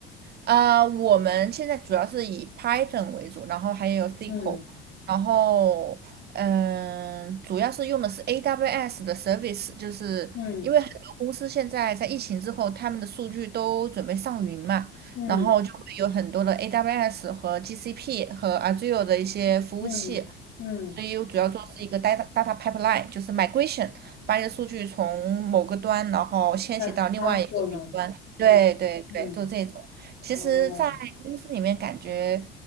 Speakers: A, on the right; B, on the left.
A: 啊，我们现在主要是以 Python 为主，然后还有 SQL，
B: 嗯
A: 然后嗯，主要是用的是 AWS 的 service，就是因为很多公司现在在疫情之后，
B: 嗯
A: 他们的数据都准备上云嘛，
B: 嗯
A: 然后就会有很多的 AWS 和 GCP 和 Azure 的一些服务器，
B: 嗯嗯，
A: 所以我主要做是一个 data data pipeline，就是 migration，把你的数据从某个端，然后迁徙到另外一个云端。
B: 那当过呢？
A: 对对对，
B: 嗯嗯，
A: 做这种。其实，
B: 哦。
A: 在公司里面感觉